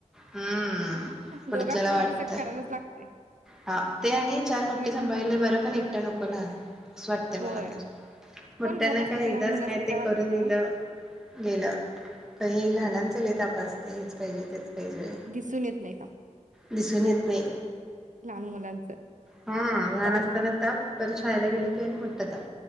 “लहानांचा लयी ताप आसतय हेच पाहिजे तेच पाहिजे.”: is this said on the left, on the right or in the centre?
Centre